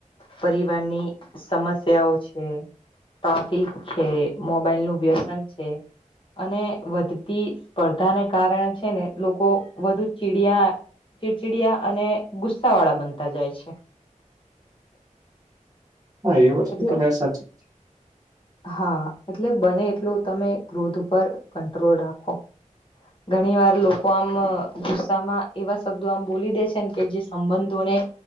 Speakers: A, on the left; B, on the right.
A: પરિવારની સમસ્યાઓ છે ટોફીક છે, મોબાઈલ નું વ્યસન છે, અને વધતી સ્પર્ધાને કારણે છે ને લોકો વધુ ચીડિયા ચિડચિડિયા અને ગુસ્સા વાળા બનતા જાય છે.
B: હા એ વસ્તુ
A: એટલે
B: તમેં સાચી કીધી.
A: હા એટલે બને એટલું તમે ક્રોધ ઉપર કંટ્રોલ રાખો. ઘણી વાર લોકો આમ અહ ગુસ્સામાં એવા શબ્દો આમ બોલી દે છે ને કે જે સંબંધોને